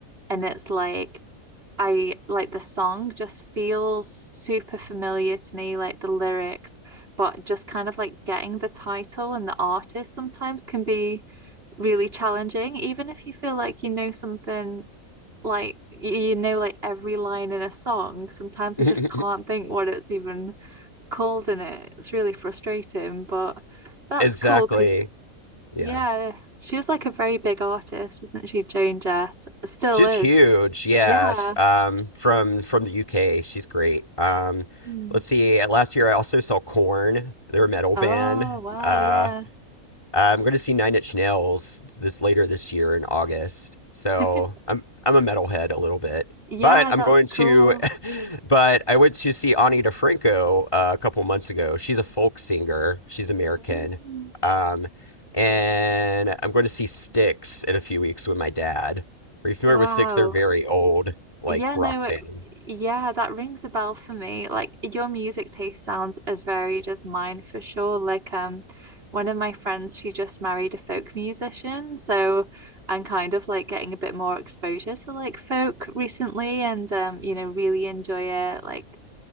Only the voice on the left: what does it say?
<laughs>
exactly.
Yeah.
She's
huge. Yeah.
sh- Um, from from the UK. She's great. Um,
let's see. Last year, I also saw Corn. They're a metal
band.
uh,
I'm going to see Nine Inch Nails this later this year in August. So
I'm I'm a metalhead a little bit,
but I'm
going to.
<laughs> But I went to see Ani DeFranco uh, a couple months ago. She's a folk singer. She's American.
Um, and I'm going to see Styx in a few weeks with my dad. Are you familiar
with Styx? They're very old, like
rock
band.